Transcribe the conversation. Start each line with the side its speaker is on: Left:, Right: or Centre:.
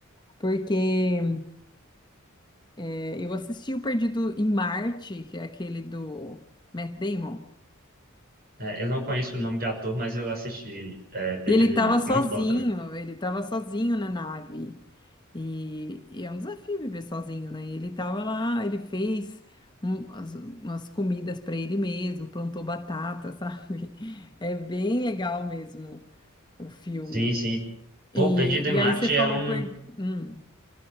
Left: porque é, eu assisti o Perdido em Marte, que é aquele do Matt Damon.
Right: É, eu não conheço o nome de ator, mas eu assisti é, Perdido
Left: E ele estava
Right: em Marte.
Left: sozinho,
Right: Muito bom também.
Left: ele estava sozinho na nave. E, e é um desafio viver sozinho, né? E ele estava lá, ele fez um- as- umas comidas para ele mesmo, plantou batata, <laughs> sabe? É bem legal mesmo o filme.
Right: Sim, sim.
Left: E,
Right: Pô, Perdido em Marte
Left: e aí você falou
Right: é um.
Left: por... hum.